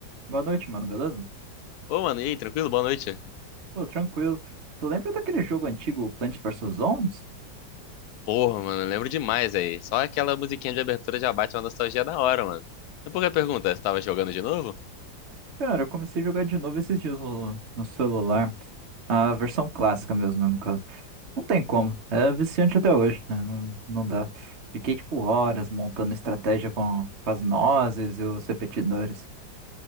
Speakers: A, on the right; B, on the left.
A: Boa noite, mano, beleza?
B: Ô, mano, e aí, tranquilo? Boa noite.
A: Pô, tranquilo. Tu lembra daquele jogo antigo, Plants vs Zombies?
B: Porra, mano, eu lembro demais aí. Só aquela musiquinha de abertura já bate uma nostalgia da hora, mano. E por que pergunta? Você tava jogando de novo?
A: Cara, eu comecei a jogar de novo esses dias no, no celular. A versão clássica mesmo, né, no caso. Não tem como. É viciante até hoje, né? Não, não dá. Fiquei, tipo, horas montando estratégia com, com as nozes e os repetidores.